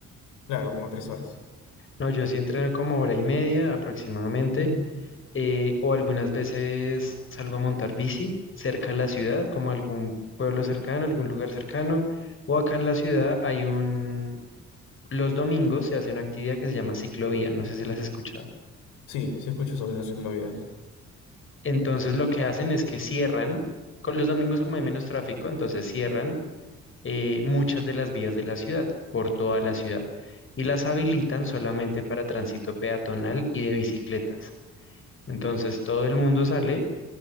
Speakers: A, on the left; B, on the left.
A: Claro, como tres horas.
B: No, yo sí entreno como hora y media aproximadamente,
A: Ujú.
B: eh, o algunas veces salgo a montar bici cerca de la ciudad, como algún pueblo cercano, algún lugar cercano, o acá en la ciudad hay un, los domingos se hace una actividad que se llama ciclovía, no sé si las has escuchado.
A: Sí, sí escucho sobre las ciclovías.
B: Entonces lo que hacen es que cierran, con los domingos como hay menos tráfico, entonces cierran eh, muchas de las vías de la ciudad, por toda la ciudad, y las habilitan solamente para tránsito peatonal y de bicicletas. Entonces todo el mundo sale